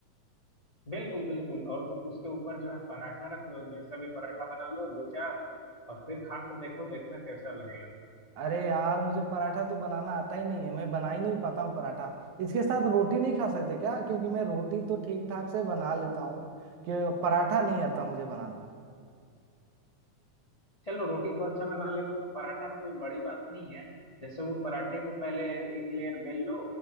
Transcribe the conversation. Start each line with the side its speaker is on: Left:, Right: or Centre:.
Left: बिल्कुल बिल्कुल और उसके ऊपर जो है पराठा रख लो जैसा भी पराठा बना लो दो चार और फिर खा कर देखो देखना कैसा लगेगा
Right: अरे यार मुझे पराठा तो बनाना आता ही नहीं है मैं बना ही नहीं पाता हूँ पराठा इसके साथ रोटी नहीं खा सकते क्या क्योंकि मैं रोटी तो ठीक ठाक से बना लेता हूँ कि पराठा नहीं आता मुझे बनाना
Left: चलो रोटी तो अच्छा बना लेते हो तो पराठा में कोई बड़ी बात नहीं है जैसे वो पराठे को पहले एक लेयर बेल लो